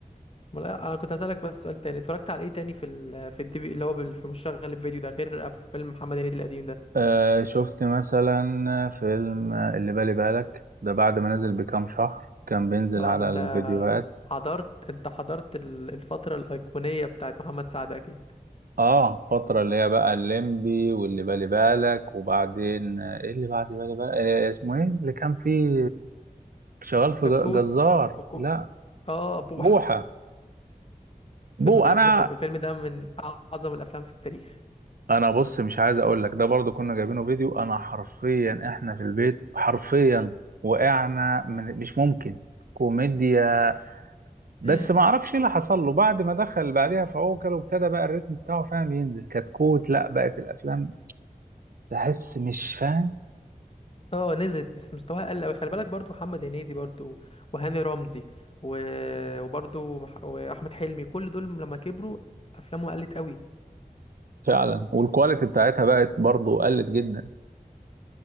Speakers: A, on the left; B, on the right.
A: ما لا، انا كنت هسألك بس سؤال تاني اتفرجت على ايه تاني في ال... في الدي في اللي هو بال... في مشغل الفيديو ده غير فيلم محمد هنيدي القديم ده
B: آه شفت مثلا فيلم اللي بالي بالك ده بعد ما نزل بكام شهر كان بينزل
A: اه
B: على
A: ده انت
B: الفيديوهات
A: حضرت انت حضرت ال- الفترة الأيقونية بتاعت محمد سعد اكيد
B: اه فترة اللي هي بقى الليمبي واللي بالي بالك وبعدين آه، ايه اللي بعد بالي بالك آه اسمه ايه اللي كان فيه شغال في
A: كتكوت
B: ج- جزار
A: كتكوت.
B: لا
A: اه بوحة
B: بوحة بو
A: الفيلم ده
B: انا
A: انا بحبه جدا. الفيلم ده من اعظم الافلام في التاريخ
B: انا بص مش عايز اقول لك ده برضو كنا جايبينه فيديو انا حرفيا احنا في البيت حرفيا وقعنا من مش ممكن كوميديا بس
A: <laughs>
B: ما اعرفش ايه اللي حصل له بعد ما دخل بعدها في عوكل وابتدى بقى الريتم بتاعه فاهم ينزل كتكوت لا بقت الافلام تحس مش فاهم
A: اه نزلت بس مستواها قل قوي خلي بالك برضو محمد هنيدي برضو وهاني رمزي و... وبرضو مح... واحمد حلمي كل دول لما كبروا افلامهم قلت قوي
B: فعلا والكواليتي بتاعتها بقت برضو قلت جدا